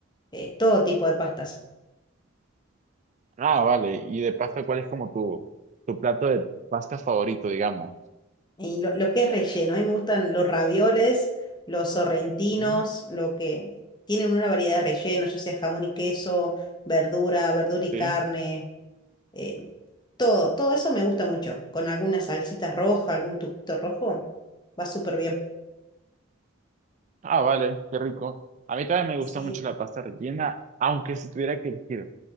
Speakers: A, on the left; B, on the right.
A: eh, todo tipo de pastas.
B: Ah, vale. Y de pasta, ¿cuál es como tu, tu plato de pasta favorito, digamos?
A: Y lo, lo que es relleno, a mí me gustan los ravioles, los sorrentinos,
B: Ujú.
A: lo que tienen una variedad de rellenos, ya sea jamón y queso, verdura, verdura y carne.
B: Sí.
A: eh, todo, todo eso me gusta mucho. Con alguna salsita roja, algún tubito rojo, va súper bien.
B: Ah, vale, qué rico. A mí también me
A: Sí.
B: gusta mucho la pasta rellena, aunque si tuviera que elegir